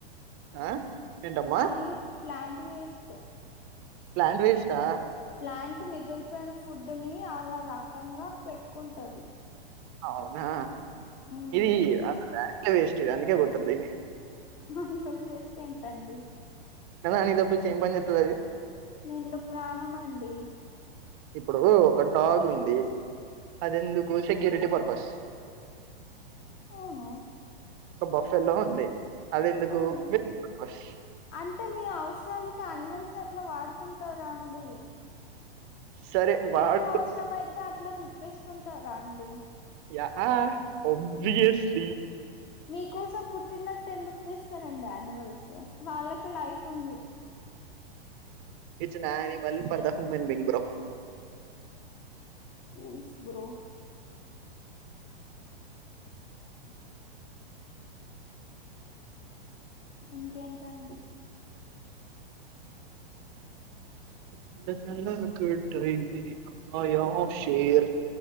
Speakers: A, on the right (about 25°); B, on the left (about 30°).
A: ఆ ఏంటమ్మా
B: అది ప్లాంట్ వేస్ ట్
A: ప్లాంట్ వెస్టా
B: ప్లాంట్ మిగిలిపోయిన ఫుడ్ ని అలా రకంగా పెట్టుకుంటది
A: అవునా
B: ఉమ్
A: ఇదీ <inaudible> డ వెస్ట్ అందుకే గొడ్తర్ దీన్ని
B: మహిమల్ వేస్ స్టేటండి
A: తినడానికి తప్పిచి ఏం పని చేత్తది అది.
B: నిండు ప్రాణం అండి.
A: ఇప్పుడు ఒక డాగ్ ఉంది అది ఎందుకు సెక్యూరిటీ పర్పస్.
B: అవును
A: ఓ బఫెల్లో ఉంది అదెందుకు
B: ఆవు
A: పర్పస్
B: అంటే మీ అవసరాలకి అనిమల్స్ ఎట్లా వాడుకుంటారండి
A: సరే వాడు
B: ఎటు అవసరం అయితే అట్లా తిప్పిస్ కొంటారా అండి
A: యహ విజయ శ్రీ
B: మీకోసం పుట్టినట్టు ఎందుకు చేస్తారండి ఆ నిమల్స్ వాళ్ళకి లైఫ్ ఉంది
A: ఇ చిన్న animal for the human being bro
B: who is bro ఇంకేంటండి
A: అంద చందాల కుట్టయిందిఆయా షేర్